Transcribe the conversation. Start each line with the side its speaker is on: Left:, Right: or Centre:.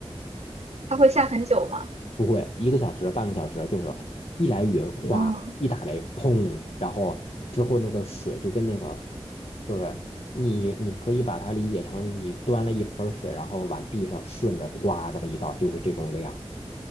Right: 它会下很久吗？
Left: 不会一个小时、半个小时，就是一来云哗，
Right: 哦
Left: 一打雷砰，然后之后那个水就跟那个就是你你可以把它理解成你端了一盆儿水，然后往地上顺着哗这么一倒，就是这种量。